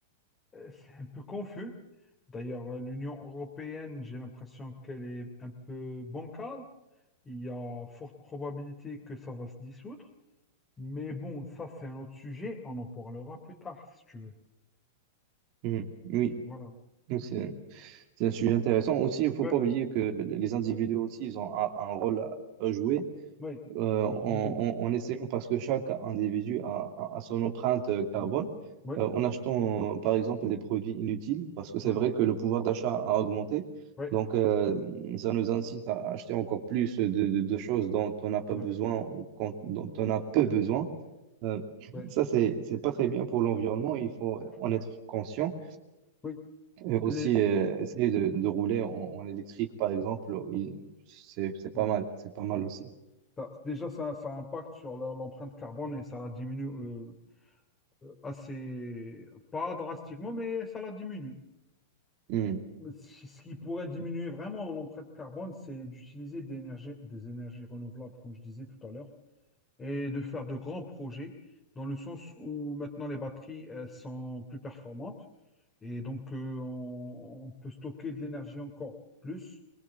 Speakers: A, on the left; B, on the right.
A: euh, c'est un peu confus. D'ailleurs, euh, l'Union européenne, j'ai l'impression qu'elle est un peu bancale. Il y a forte probabilité que ça va se dissoudre. Mais bon, ça, c'est un autre sujet. On en parlera plus tard, si tu veux.
B: Mhm. Oui,
A: Voilà.
B: Oui, c'est c'est un sujet intéressant. Aussi, il ne faut
A: Ouais.
B: pas oublier que les individus aussi, ils ont un, un rôle à à jouer.
A: Oui,
B: euh, en,
A: je disais.
B: en- en essayant, parce que chaque individu a, a- a son empreinte euh, carbone,
A: Mm. Oui,
B: euh, en achetant euh, par exemple des produits inutiles, parce que c'est
A: oui,
B: vrai que le pouvoir d'achat a augmenté.
A: oui,
B: Donc, euh, ça nous incite à acheter encore plus de, de- de choses dont on n'a pas
A: oui,
B: besoin ou quand- dont on a peu besoin. Euh,
A: oui,
B: ça, c'est, c'est pas très bien pour l'environnement. Il faut en
A: oui.
B: être conscient.
A: Oui,
B: Et aussi,
A: les-
B: euh, essayer de, de rouler en, en électrique, par exemple, il- c'est c'est pas
A: oui,
B: mal. C'est pas mal
A: oui.
B: aussi.
A: Ça- déjà, ça, ça impacte sur la- l'empreinte carbone et ça la diminue euh, assez, pas drastiquement, mais ça la diminue.
B: Hmm.
A: Mais Ce ce qui pourrait diminuer vraiment l'empreinte carbone, c'est d'utiliser des énergies, des énergies renouvelables, comme je disais tout à l'heure, et de faire de grands projets, dans le sens où maintenant les batteries, elles sont plus performantes. Et donc, euh, on, on peut stocker de l'énergie encore plus.